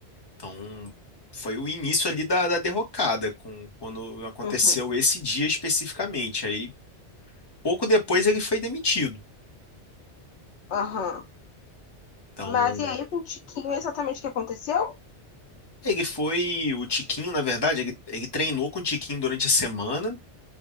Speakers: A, on the left; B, on the left.
A: Então foi o início ali da, da derrocada, com, quando aconteceu
B: uhum,
A: esse dia especificamente. Aí pouco depois ele foi demitido.
B: aham.
A: Então
B: Mas e aí com o Tiquinho, exatamente o que aconteceu?
A: ele foi, o Tiquinho, na verdade, ele, ele treinou com o Tiquinho durante a semana,